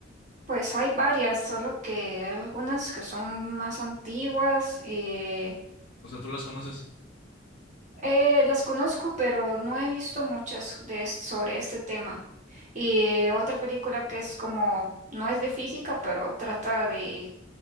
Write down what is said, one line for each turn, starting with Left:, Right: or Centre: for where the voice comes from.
Right: Pues
Left: eh,
Right: hay varias, solo que hay algunas que son más antiguas. eh,
Left: o sea, ¿tú las conoces?
Right: Eh, las conozco, pero no he visto muchas de es- sobre este tema. Y otra película que es como, no es de física, pero trata de